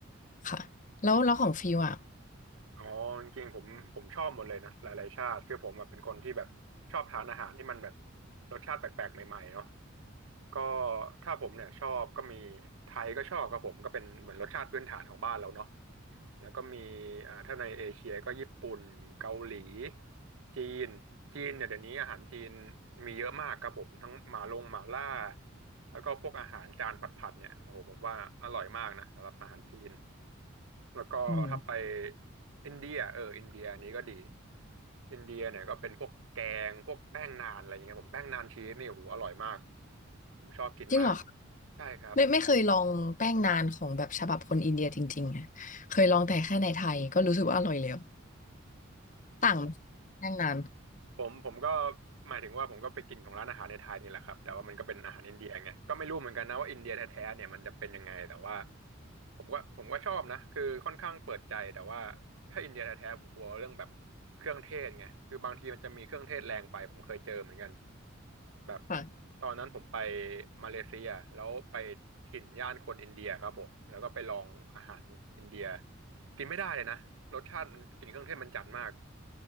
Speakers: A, on the left; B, on the right.
A: ค่ะแล้วแล้วของฟิวอ่ะ
B: อ๋อจริงๆผมผมชอบหมดเลยนะหลายๆชาติคือผมแบบเป็นคนที่แบบชอบทานอาหารที่มันแบบรสชาติแปลกๆใหม่ๆเนาะก็ถ้าผมเนี่ยชอบก็มีไทยก็ชอบครับผมก็เป็นเหมือนรสชาติพื้นฐานของบ้านเราเนาะแล้วก็มีอ่าถ้าในเอเชียก็ญี่ปุ่นเกาหลีจีนจีนเนี่ยเดี๋ยวนี้อาหารจีนมีเยอะมากครับผมทั้งหมาลงหมาล่าแล้วก็พวกอาหารจานผัดๆเนี่ยโอ้โหผมว่าอร่อยมากนะสำหรับอาหารจีน แล้วก็ถ้าไป
A: อืม
B: อินเดียเอออินเดียนี้ก็ดีอินเดียเนี่ยก็เป็นพวกแกงพวกแป้งนานอะไรเงี้ยผมแป้งนานชีสนี่โอ้โหอร่อยมากผมชอบกินมาก
A: จริงเหรอคะ
B: ใช่ครับ
A: ไม่ไม่เคยลองแป้งนานของแบบฉบับคนอินเดียจริงๆอะเคยลองแต่แค่ในไทยก็รู้สึกว่าอร่อยแล้ว <laughs> ต่างแป้งนาน
B: ผมผมก็หมายถึงว่าผมก็ไปกินของร้านอาหารในไทยนี่แหละครับแต่ว่ามันก็เป็นอาหารอินเดียไงก็ไม่รู้เหมือนกันนะว่าอินเดียแท้ๆเนี่ยมันจะเป็นยังไงแต่ว่า ผมก็ผมก็ชอบนะคือค่อนข้างเปิดใจแต่ว่าถ้าอินเดียแท้ๆผมกลัวเรื่องแบบเครื่องเทศไงคือบางทีมันจะมีเครื่องเทศแรงไปผมเคยเจอเหมือนกันแบบ
A: ค่ะ
B: ตอนนั้นผมไปมาเลเซียแล้วไปถิ่นย่านคนอินเดียครับผมแล้วก็ไปลองอาหารอินเดียกินไม่ได้เลยนะรสชาติมันกลิ่นเครื่องเทศมันจัดมาก